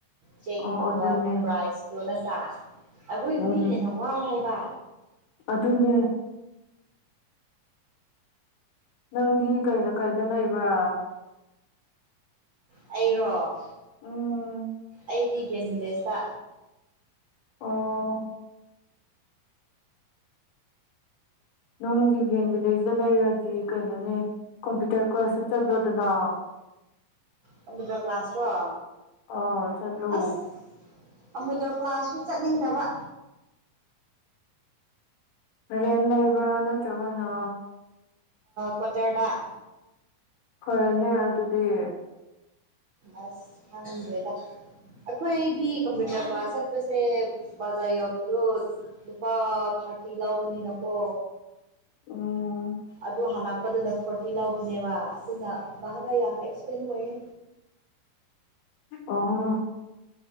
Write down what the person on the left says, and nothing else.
ꯑꯣ ꯑꯗꯨꯅꯦ
ꯎꯝ
ꯑꯗꯨꯅꯦ ꯅꯪꯗꯤ ꯀꯩꯗ ꯀꯩꯗ ꯂꯩꯕ꯭ꯔꯥ
ꯎꯝ
ꯑꯣ ꯅꯅꯨꯡꯒꯤ ꯌꯦꯟ ꯚꯤꯂꯦꯖꯇ ꯂꯩꯔꯗꯤ ꯀꯩꯅꯣꯅꯦ ꯀꯝꯄ꯭ꯌꯨꯇꯔ ꯀ꯭ꯂꯥꯁꯁꯨ ꯆꯠꯂꯣꯗꯅ
ꯑꯥ ꯆꯠꯂꯨ
ꯔꯦꯟ ꯂꯩꯕ꯭ꯔꯥ ꯅꯠꯇ꯭ꯔꯒꯅ
ꯐꯔꯦꯅꯦ ꯑꯗꯨꯗꯤ
ꯎꯝ
ꯑꯣ